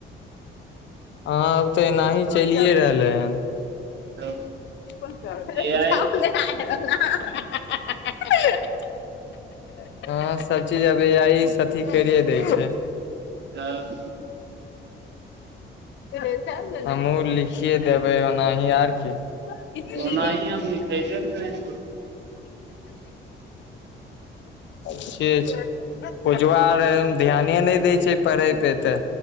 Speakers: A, on the left; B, on the right.
A: हां अब तऽ एनाही चलिए रहलै हन।
B: तब
A: ई कोन प्यार भेलै?
B: ए आइ
A: जाउ ने आ रहलै <unintelligible> हा हा हा <unintelligible> हँ सब चीज अब एआइसे अथी कैरे दै छै।
B: तऽ
A: हमहुँ लिखिए देबै ओनाही आर कि <unintelligible> हें‌हें
B: ओनाही अब लिखेबे करै छै
A: अच्छे छै। पुजबा आर ध्याने नै दै छै पढै पे तऽ